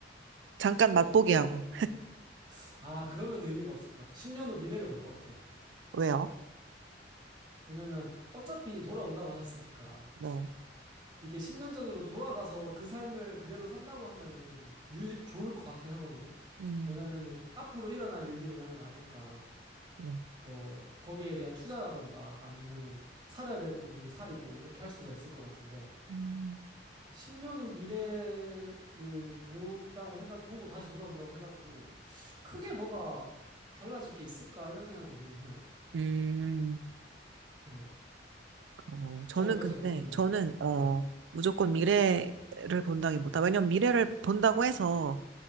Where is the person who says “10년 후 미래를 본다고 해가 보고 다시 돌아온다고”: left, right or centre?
Right